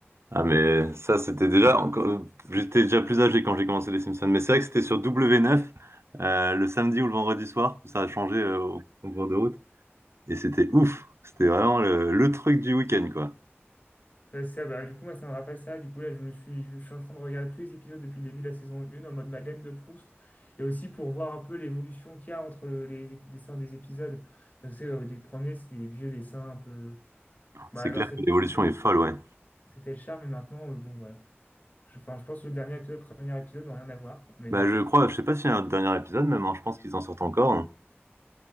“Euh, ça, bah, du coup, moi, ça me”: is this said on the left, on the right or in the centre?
Left